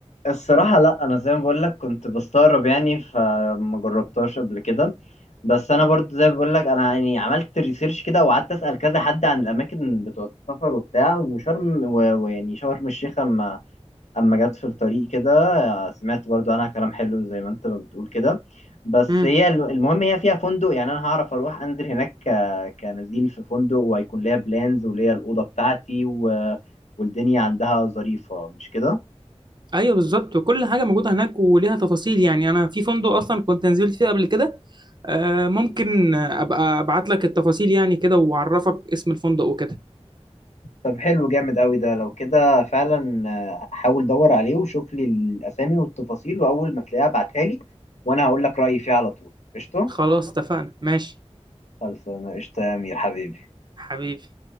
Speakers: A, on the left; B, on the right.
A: الصراحة لا أنا زي ما بقول لك كنت بستغرب يعني فما جربتهاش قبل كده بس أنا برضو زي ما بقول لك أنا يعني عملت ريسيرش كده وقعدت أسأل كذا حد عن الأماكن بتوع السفر وبتاع وشرم و- ويعني شرم الشيخ أما أما جت في الطريق كده سمعت برضو عنها كلام حلو زي ما أنت ما بتقول كده بس
B: امم
A: هي ال- المهم هي فيها فندق يعني أنا هعرف أروح أنزل هناك ك- كنزيل في فندق وهيكون ليا بلانز وليا الأوضة بتاعتي و... والدنيا عندها ظريفة مش كده؟
B: ايوه بالظبط وكل حاجه موجوده هناك وليها تفاصيل يعني انا في فندق اصلا كنت نزلت فيه قبل كده آه، ممكن ابقى ابعت لك التفاصيل يعني كده واعرفك اسم الفندق وكده
A: طب حلو جامد قوي ده لو كده فعلا آه، حاول دور عليه وشوف لي الاسامي والتفاصيل واول ما تلاقيها ابعتها لي وانا هقول لك رايي فيه على طول قشطه
B: خلاص اتفقنا ماشي
A: خلصانه قشطه يا امير حبيبي
B: حبيبي